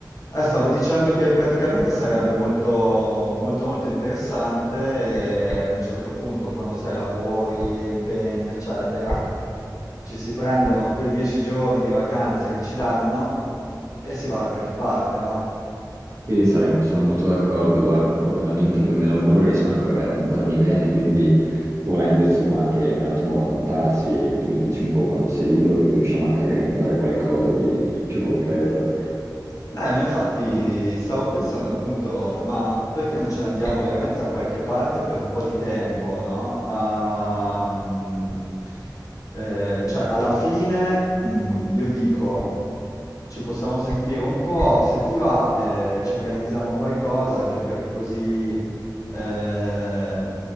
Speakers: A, on the left; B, on the right.
A: Eh, stavo dicendo che praticamente sarebbe molto, molto, molto interessante e ad un certo punto, quando sai, lavori e impegni, eccetera, ci si prendono quei dieci giorni di vacanze che ci danno e si va da qualche parte, no?
B: Sì, sarem- sono molto d'accordo. Guarda, fortunatamente col mio lavoro riesco anche a organizzarmi bene, quindi volendo si può anche un attimo adattarsi e tu mi dici un po' quando sei libero, così riusciamo anche a organizzare qualcosa di più concreto.
A: Eh, ma infatti stavo pensando appunto, ma perché non ce ne andiamo veramente da qualche parte per un po' di tempo, no? Ah, mm, eh, cioè, alla fine, mm, io dico, ci possiamo sentire un po', se ti va, eh, ci organizziamo qualcosa, anche perché così eh,